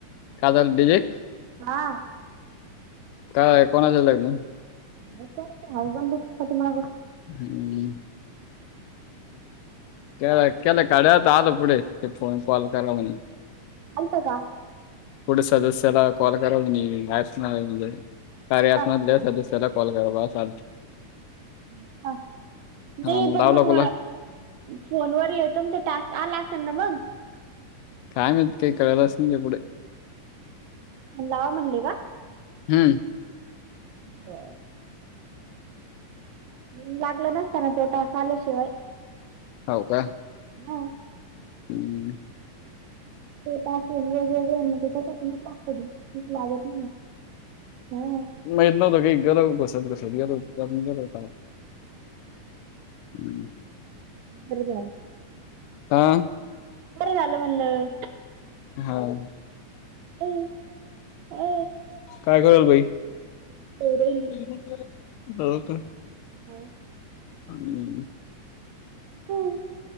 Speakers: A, on the left (about 85°); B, on the right (about 75°).
A: काय चालू डिजे.
B: हा.
A: काय कोणाच लग्न.
B: काय माहित कोणाचं, हाहे गल्लीत पाठीमाग.
A: हम्म. केला केला काढ्या त आलं पुढे, ते फोन कॉल करा म्हणे.
B: अलत का?
A: पुढे सदस्याला कॉल करा म्हणे ऑप न येऊन जाईल, कार्य ॲप
B: हा
A: मधल्या सदस्य चरा कॉल कररा बा अज.
B: का नाही
A: हा
B: पण
A: लावला
B: मग
A: कुला
B: फोनवर य तुमचा टास्क आला असेल ना मग
A: काय माहीत काही करालाच नाही क पुढे.
B: लावा म्हणले का?
A: हम्म
B: बरं येऊन लागलं नसताना तोटा आल्याशिवाय.
A: हो का
B: हां
A: हम्म
B: तासेन वेगवेग त्यासाठी म लागत. तच मागत नाही म हा
A: माहीत नव्हतं की गेलो घोसात घसत गेल गेल का. हम्म
B: खर राम
A: हां
B: बरं झालं म्हणलं.
A: हां
B: हम् हा
A: काय करल बाई?
B: तेर <unintelligible>
A: हो का
B: हो
A: हम्म
B: हं,